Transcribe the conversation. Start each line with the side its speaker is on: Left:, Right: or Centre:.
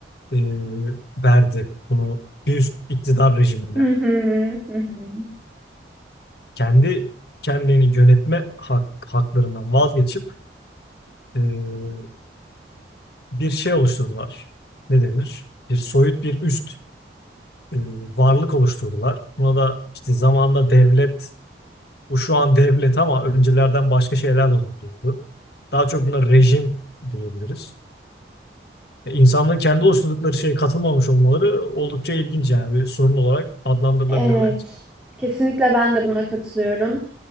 Left: e, verdi bunu bir üst iktidar rejimine.
Centre: Hı hı, hı hı.
Left: Kendi kendilerini yönetme hak, haklarından vazgeçip e, bir şey oluşturdular. Ne denir? Bir soyut bir üst e, varlık oluşturdular. Buna da işte zamanında devlet, bu şu an devlet ama öncelerden başka şeyler de olabiliyordu. Daha çok buna rejim diyebiliriz. E, İnsanların kendi oluşturdukları şeye katılmamış olmaları oldukça ilginç yani bir sorun olarak adlandırılabilir
Centre: Evet.
Left: bence.
Centre: Kesinlikle ben de buna katılıyorum.